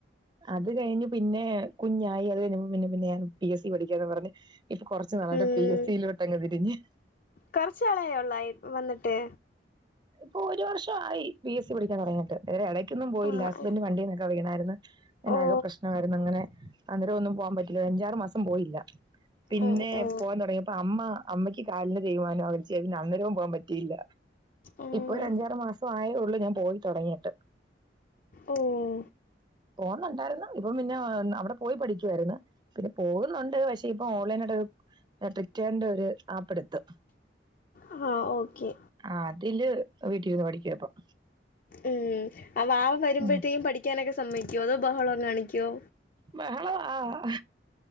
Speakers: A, on the right; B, on the left.
A: അത് കഴിഞ്ഞ് പിന്നെ കുഞ്ഞായി അത് കഴിഞ്ഞപ്പോ പിന്നെ പിന്നെ ഞാൻ പിഎസ് സി പഠിക്കാന്ന് പറഞ്ഞ് ഇപ്പൊ കൊറച്ച്നാളയിട്ട്
B: ഉം
A: പിഎസ് സി ലോട്ടെങ്ങ് തിരിഞ്ഞ്
B: കൊറച്ച് നാളായോ ഒള്ളിയി വന്നിട്ട്
A: ഇപ്പൊ ഒരു വർഷം ആയി ബി എസ് സി പഠിക്കാൻ തെടങ്ങിട്ട് ഇതിൽ ഇടക്കൊന്നും പോയില്ല
B: ആഹ്
A: ഹസ്ബൻഡ് വണ്ടിന്നൊക്കെ വീണായിരുന്നു പിന്നാകെ
B: ഓ
A: പ്രശ്നമായിരുന്നു അങ്ങനെ അന്നേരം ഒന്നും പോവൻ പറ്റില്ല ഒരഞ്ചാറു മാസം പോയില്ല പിന്നെ
B: ഓ ഓ
A: പോവാൻ തെടങ്ങിയ അപ്പൊ അമ്മ അമ്മക്ക് കാലിന് തെയിമനാം പിടിച്ച് അന്നേരവും പോവാൻ പറ്റിയില്ല
B: ഉം
A: ഒര്അഞ്ചാറ് മാസായെ ഉള്ളൂ ഞാൻ പോയി തെടങ്ങിയിട്ട്
B: ഓഹ്
A: പോന്നുണ്ടായിരുന്നു ഇപ്പം പിന്നെ അവിടെ പോയി പഠിക്കുവായിരുന്നു പിന്നെ പോകുന്നുണ്ട് പക്ഷെ ഇപ്പൊ ഓൺലൈനയിട്ട് പ്പിറ്റേണ്ട ഒരു ആപ്പെടുത്തു
B: ആഹ് ഓക്കെ
A: ആഹ് അതില് വീട്ടിലിരിന്ന് പഠിക്കുവാ ഇപ്പം
B: ഉം അവാവ വരുമ്പഴത്തേക്കും
A: ഉം
B: പഠിക്കാനൊക്കെ സമ്മതിക്കുവോ അതോ ബഹളം കാണിക്കുവോ
A: ബഹള ആഹ്